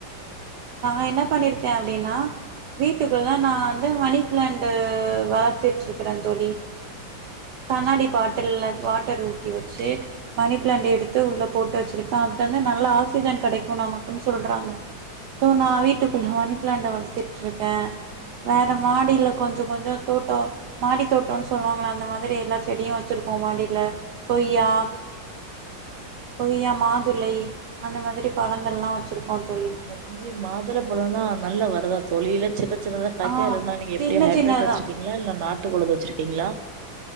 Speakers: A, on the right; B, on the right.
A: நாங்க என்ன பண்ணிருக்கே அப்டின்னா வீட்டுக்குள்ள நா வந்து மணி பிளாண்டு வளத்துட்ருக்குறே தோழி கண்ணாடி பாட்டில்ல வாட்டர் ஊத்தி வச்சு மணி பிளாண்ட எடுத்து உள்ள போட்டு வச்சிருக்கா அதுட்டந்து நல்லா ஆக்சிஜன் கெடைக்கு நமக்குன் சொல்றாங்க ஸோ நா வீட்டுக்குள்ள மணி ப்ளாண்ட்ட வளத்துட் இருக்கே வேற மாடில கொஞ்ச கொஞ்ச தோட்ட மாடி தோட்டம்னு சொல்லுவாங்களா இந்த மாதிரி எல்லா செடியு வச்சிருக்கோ மாடில கொய்யா கொய்யா மாதுளை அந்த மாதிரி பழங்கள்லா வச்சுருக்கோ தோழி
B: தோழி மாதுளைப் பழொலா நல்லா வருதா தோழி இல்ல சின்ன <unintelligible> காக்கே
A: ஆ
B: இல்லைன்னா நீ எப்டி
A: சின்ன
B: ஹைப்ரிட்
A: சின்னதா
B: வச்சிருக்கீங்களா இல்ல நாட்டு கொழுத வச்சிருக்கீங்ளா